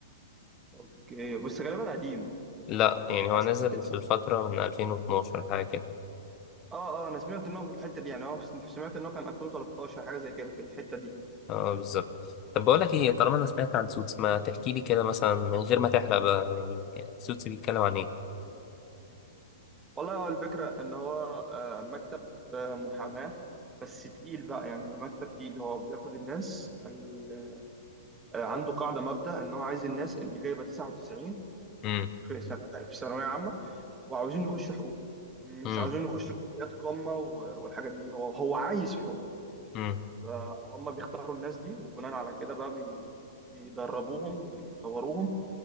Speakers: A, on the right; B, on the left.
A: اوكي بس غالبا قديم
B: لا يعني هو
A: أس-
B: نزل في الفتره من 2012 حاجه كده
A: اه اه انا سمعت ان هو في الحتة دي يعني هو سمعت ان هو كان 2013 حاجة زي كده في الحتة دي
B: اه بالظبط طب بقول لك ايه طالما انا سمعت عن سوتس ما تحكي لي كده مثلا من غير ما تحرق بقى يعني سوتس بيتكلم عن ايه
A: والله هو الفكرة إن هو آه، مكتب آه، محاماة بس تقيل بقى يعني مكتب تقيل هو بياخد الناس ال- آه، عنده قاعدة مبدأ إن هو عايز الناس اللي جايبة 99
B: امم
A: في ثانوية في ثانوية عامة وعاوزين يخشوا حقوق مش
B: امم
A: عاوزين يخشوا كليات قمة و- والحاجات دي هو هو عايز حقوق
B: امم
A: فهم بيختاروا الناس دي وبناء على كده بقى بي بيدربوهم ويطوروهم